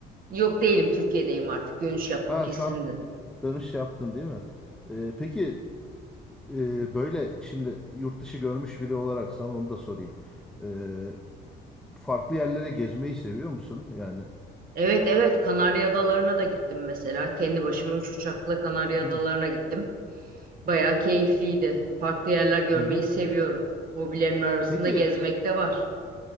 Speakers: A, on the right; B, in the centre.
A: Yok değilim Türkiye'deyim artık. Dönüş yaptım
B: Ha
A: kesinlikle.
B: şu an tanış yaptın değil mi? Ee, peki e, böyle şimdi yurt dışı görmüş biri olarak sana onu da sorayım. Ee, farklı yerlere gezmeyi seviyor musun? Yani.
A: Evet evet Kanarya Adaları'na da gittim mesela. Kendi başıma üç uçakla Kanarya
B: Hı
A: Adaları'na gittim. Bayağı keyifliydi. Farklı yerler görmeyi
B: hı. hı.
A: Hı hı. seviyorum. Hobilerimin arasında
B: Peki
A: Peki. gezmek de var.